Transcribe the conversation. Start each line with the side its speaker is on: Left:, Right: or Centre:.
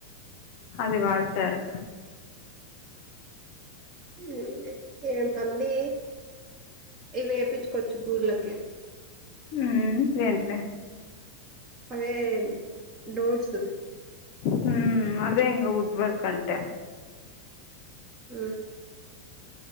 Left: అది వాడతారు
Right: హ్మ్. ఏ మళ్ళీ ఇ వేపించుకోవచ్చు ఊర్లకి
Left: ఉ ఏంటిది
Right: అవే డోర్స్
Left: హ అవే ఇంగ వుడ్ వర్క్ అంటే
Right: ఆ